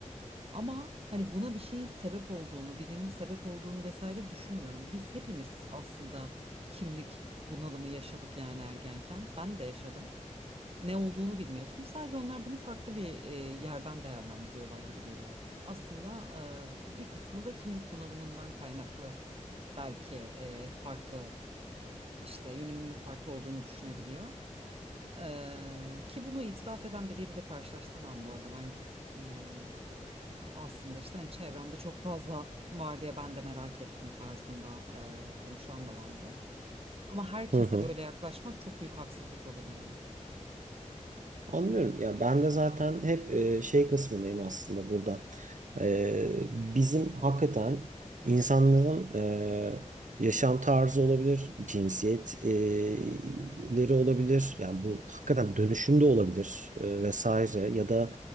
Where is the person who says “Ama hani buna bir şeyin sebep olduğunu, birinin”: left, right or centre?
Right